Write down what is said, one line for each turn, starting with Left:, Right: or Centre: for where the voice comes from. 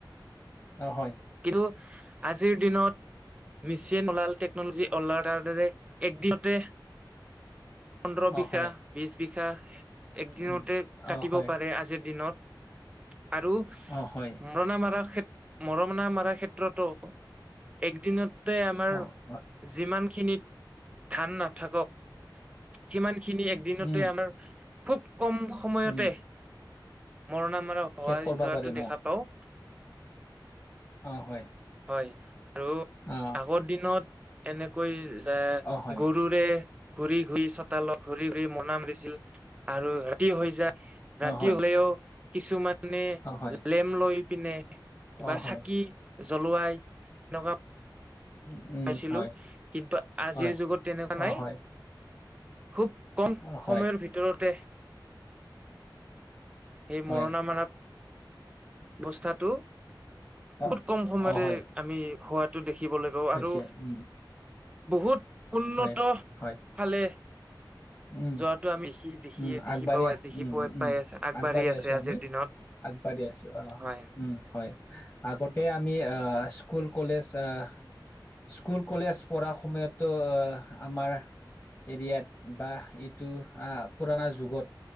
Left: অ হয়।
Right: কিন্তু আজিৰ দিনত মেচিন ওলাল টেক্নলজি ওলাৰ তাৰদৰে একদিনতে পোন্দৰ
Left: অ
Right: বিখা
Left: হয়
Right: বিছ বিখা একদিনতে
Left: উম, অ
Right: কাটিব
Left: হয়
Right: পাৰে আজিৰ দিনত আৰু
Left: অ হয়।
Right: মৰণা মাৰা ক্ষেত মৰণা মাৰাৰ ক্ষেত্ৰতো একদিনতে আমাৰ
Left: অ হয়
Right: যিমানখিনিত ধান না থাকক সিমানখিনি এক দিনতে
Left: উম
Right: আমাৰ খুব কম স ময়তে
Left: উম
Right: মৰণা মাৰা হোৱাই
Left: শেষ কৰবা
Right: যোৱাটো
Left: পাৰে ন
Right: দেখা পাও।
Left: অ হয়।
Right: হয় আৰু
Left: অ
Right: আগৰ দিনত এনেকৈ যে
Left: অ হয়
Right: গৰুৰে ঘূৰি-ঘূৰি চ তালত ঘূৰি-ঘূৰি মৰণা মাৰিছিল আৰু ৰাতি হৈ যায় ৰাতি
Left: অ হয়
Right: হলেও কিছুমানে
Left: অ হয়
Right: লেম লৈ পিনে বা
Left: অ
Right: চাকি
Left: হয়
Right: জ্বলোৱাই তেনেকুৱা
Left: উম।
Right: পাইছিলো
Left: হয়
Right: কিন্তু আজিৰ
Left: হয়
Right: যুগত তেনেকুৱা নাই।
Left: অ হয়
Right: খুব কম
Left: অ হয়
Right: সময়ৰ ভিতৰতে সেই
Left: হয়
Right: মৰণা মাৰা বস্থাটো
Left: অ
Right: বহুত কম সময়তে
Left: অ হয়
Right: আমি হোৱাটো দেখিবলৈ পাওঁ,
Left: হৈছে
Right: আৰু
Left: উম
Right: বহুত উন্নত
Left: হয় হয়
Right: ফালে
Left: উম
Right: যোৱাটো আমি খি দেখিয়ে
Left: উম
Right: দেখি
Left: আগবাঢ়ি
Right: পোৱাই
Left: আ
Right: দেখি
Left: উম
Right: পোৱাই
Left: উম
Right: পাই আছে আগবাঢ়ি আছে
Left: আছো
Right: আজিৰ
Left: আমি
Right: দিনত।
Left: আগবাঢ়ি আছো অ
Right: হয়
Left: উম হয়। আগতে আমি আহ স্কুল কলেজ আহ স্কুল কলেজ পঢ়া সময়তো আমাৰ এৰিয়াত বা এইটো আহ পুৰণা যুগত